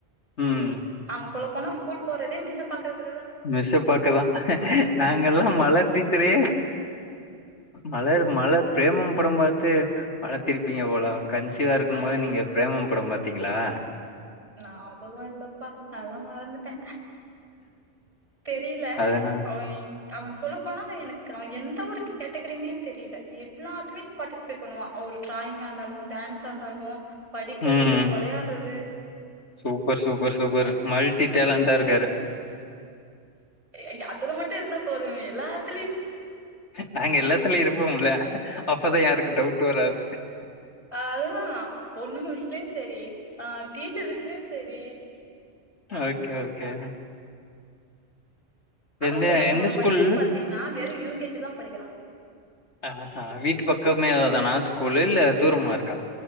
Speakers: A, on the left (about 75°); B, on the right (about 30°).
A: ம்
B: அவே சொல்ல போனா ஸ்கூல் போறதே மிஸ்ஸ பாக்குறதுக்குதா
A: மிஸ்ஸ பாக்கதா நாங்க எல்லா மலர் டீச்சரே மலர் மலர் பிரேமம் படம் பாத்தே வளத்திருப்பீங்க போல அவுங் கன்சிவா இருக்கு
B: அட
A: போது நீங்க பிரேமம் படம் பாாத்தீங்களா
B: நா அப்பில்லா இல்லப்பா அதெல்லா மறந்துட்டே தெரியல
A: அதனா
B: அவே அவே சொல்லப்போனா எனக்கு அவே எந்த ஒரு கேட்டகரினே தெரியல எல்லாத்துலயு ஸூ பார்டிசிபேட் பண்ணுவா அவே ஒரு ட்ராயிங்கா இருந்தாலு டான்ஸா இருந்தாலு படிக்கிறது
A: ம்
B: வெளையாடுறது
A: சூப்பர் சூப்பர் சூப்பரு மல்டி டெலண்டா இருக்காரு
B: எ அ அத்துல மட்டு இருந்தா போதுமே எல்லாத்
A: நாங்க எல்லாத்திலியு இருப்போம்ல அப்பதா யாருக்கு டவுட் வராது
B: ஆ அதெல்லா பொண்ணுங்க விசியத்துல செரி ஆ டீச்சர் விசயத்துல செரி
A: ஓகே ஓகே
B: ஆனா
A: எந்த
B: இப்பயு அவனோட
A: எந்த ஸ்கூல்
B: வயசு பாத்தீங்கனா வெறு யு கே ஜி தா படிக்கிறா
A: ஆஹ வீட்டு பக்கமே அதே தானா ஸ்கூல்லு இல்ல தூரமா இருக்கா